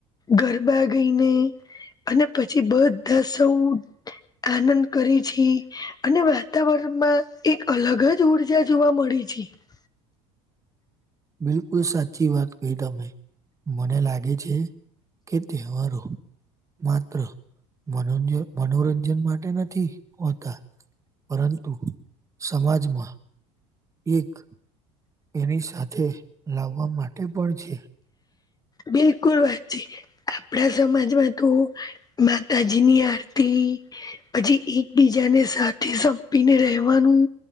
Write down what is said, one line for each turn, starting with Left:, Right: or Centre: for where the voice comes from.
Left: ગરબા ગઈને અને પછી બધ દ સૌદ આનંદ કરીછી અને વાતાવરણમાં એક અલગ જ ઉર્જા જોવા મળી છે. <unintelligible>
Right: <inaudible> બિલકુલ સાચી વાત કહી તમે મને લાગે છે, કે તહેવારો માત્ર માનન્ય મનોરંજન માટે નથી હોતા. પરંતુ સમાજમાં એક એની સાથે લાવવા માટે પણ છે.
Left: બિલકુલ વાત છે, આપડા સમાજમાં તો માતાજી ની આરતી પછી એકબીજાને સાથે સંપીને રહેવાનું